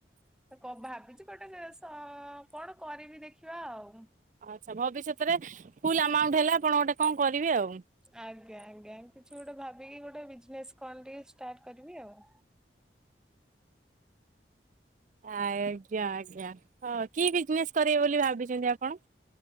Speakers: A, in the centre; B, on the right (about 45°).
A: ତ କ-ଭାବିଛି ଗୋଟେ ସେ ସ-କଣ କରିବି ଦେଖିବା ଆଉ।
B: ଆଚ୍ଛା, ଭବିଷ୍ୟତରେ ଫୁଲ୍ ଆମାଉଣ୍ଟ ହେଲା ଆପଣ ଗୋଟେ କଣ କରିବେ ଆଉ।
A: ଆଜ୍ଞା, ଆଜ୍ଞା କିଛି ଗୋଟେ ଭାବିକି ଗୋଟେ ବିଜନେସ୍ କଣ ଟିକେ ଷ୍ଟାର୍ଟ କରିବି ଆଉ।
B: ଆଜ୍ଞା, ଆଜ୍ଞା ହଁ କି ବିଜନେସ୍ କରିବେ ବୋଲି ଭାବିଚନ୍ତି ଆପଣ?